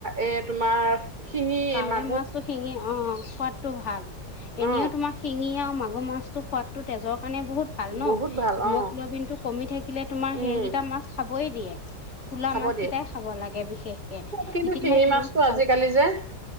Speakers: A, on the right; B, on the left.
A: এই তোমাৰ শিঙি,
B: কাৱৈ
A: মা
B: মাছটো শিঙি অ', সোৱাদটো ভাল, এনেও
A: অ
B: তোমাক শিঙি আৰু মাগুৰ মাছটো সোৱাদ টো তেজৰ কাৰনে বহুত ভাল ন'
A: বহুত ভাল
B: হিম'গ্লবিন
A: অ
B: টো কমি থাকিলে তোমাৰ
A: উম
B: সেইকেইটা মাছ খাবই দিয়ে, ক'লা
A: খাব
B: মাছ
A: দিয়ে
B: কেইটাই খাব লাগে বিশেষকে
A: কিন্তু
B: তেতিয়াহে
A: শিঙি
B: তোমাৰ ভাল।
A: <unintelligible>